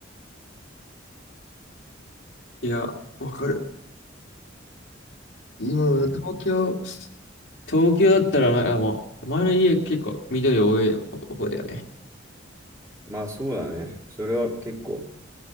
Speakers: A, on the left; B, on the right.
A: いや、わかる。今は東京、
B: うん。
A: 東京だったらな、あもう、前の家結構緑多い方方だよね。
B: まあそうだね。それは結構。